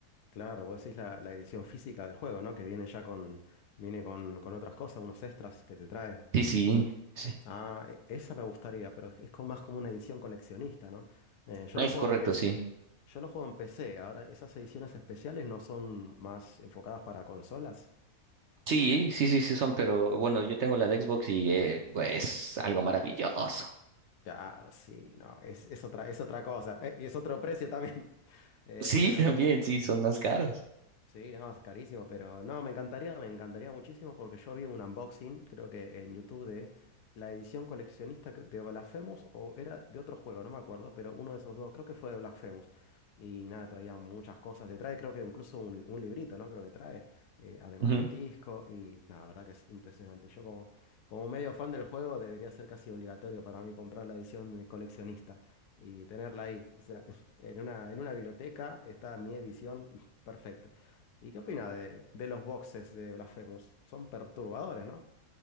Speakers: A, on the left; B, on the right.
A: Claro, vos decís la, la edición física del juego, ¿no? Que viene ya con, viene con, con otras cosas, unos extras que te trae.
B: Sí, sí. sí.
A: Ah, e- esa me gustaría, pero es es como- más como una edición coleccionista, ¿no? Eh, yo
B: Es
A: lo juego
B: correcto,
A: en PC,
B: sí.
A: yo lo juego en PC. Ahora, esas ediciones especiales no son más enfocadas para consolas.
B: Sí, sí, sí, sí son, pero bueno, yo tengo la de Xbox y eh, pues, es algo maravilloso.
A: Claro, sí, no, es, es otra, es otra cosa. eh, y es otro precio también. <laughs> Eh,
B: Sí,
A: pero
B: <laughs> también, sí, son más caros.
A: Sí, no, es carísimo, pero no, me encantaría, me encantaría muchísimo porque yo vi un unboxing, creo que en YouTube, de la edición coleccionista cre- de Blasphemous o era de otro juego, no me acuerdo, pero uno de esos dos, creo que fue de Blasphemous. Y nada, traía muchas cosas. Te trae, creo que incluso un, un librito, ¿no? Creo que trae, eh, además
B: Ujú.
A: del disco. Y nada, la verdad que es impresionante. Yo como, como medio fan del juego debería ser casi obligatorio para mí comprar la edición de coleccionista y tenerla ahí. O sea, <laughs> en una, en una biblioteca está mi edición <laughs> perfecta. ¿Y qué opina de, de los boxes de Blasphemous? Son perturbadores, ¿no?